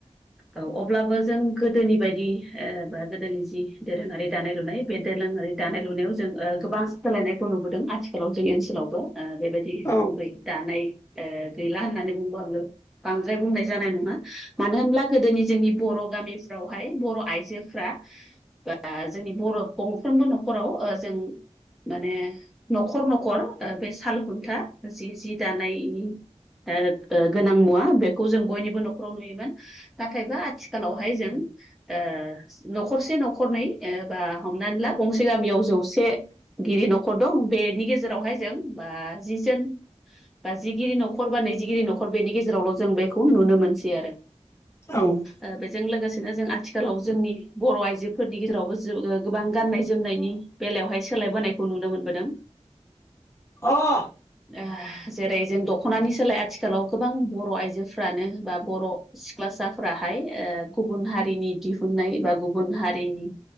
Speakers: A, in the centre; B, on the left (about 25°).
A: ओ अब्लाबो जों गोदोनि बायदि ओ बा गोदोनि जि दोरोङारि दानाय लुनाय बे दोरोङारि दानाय-लुनायाव जों ओ गोबां सोलायनायखौ नुबोदों आथिखालाव जोंनि ओनसोलावबो ओ बेबायदि।
B: औ
A: गुबै दानाय ओ गैला होननानै बुंबाबो बांद्राय बुंनाय जानाय नङा मानो होनब्ला गोदोनि जोंनि बर' गामिफ्रावहाय बर' आइजोफ्रा बा जोंनि बर' गंफ्रोमबो न'खराव ओ जों माने न'खर न'खर ओ बे साल खुन्था। जि जि दानायनि ओ गोनां मुवा बेखौ जों बयनिबो न'खराव नुयोमोन। नाथायबा आथिखालावहाय जों ओ न'खरसे न'खरनै ओ बा हमनानै ला गंसे गामियाव जौसे गिदिर न'खर दं बेनि गेजेरावहाय जों ओ जि जोन बा जिगिरि न'खर बा नैजिगिरि न'खर बेनि गेजेरावल' जों बेखौ नुनो मोनसै आरो
B: औ
A: ओ बेजों लोगोसेनो जों आथिखालाव जोंनि बर' आइजो फोरनि गेजेरावबो गोबां गाननाय-जोमनायनि बेलायावहाय सोलायबोनायखौ नुनो मोनबोदों
B: <unintelligible>
A: ओ जेरै जों दख'नानि सोलाय आथिखालाव गोबां बर' आइजोफ्रानो बा बर' सिख्लासाफोराहाय ओ गुबुन हारिनि दिहुननाय बा गुबुन हारिनि